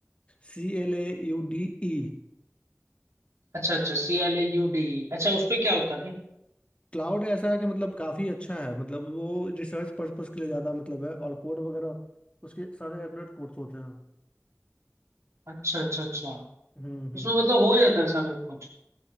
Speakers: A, on the left; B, on the right.
A: C L A U D E
B: अच्छा अच्छा C L A U D अच्छा उस पे क्या होता है भाई
A: Claude ऐसा है कि मतलब काफ़ी अच्छा है मतलब वो रिसर्च पर्पस के लिए ज़्यादा मतलब है और कोड वगैरह उसके सारे एक्यूरेट कोड्स होते हैं
B: अच्छा अच्छा अच्छा
A: हम्म
B: उसमें
A: हम्म
B: मतलब हो जाता है सब कुछ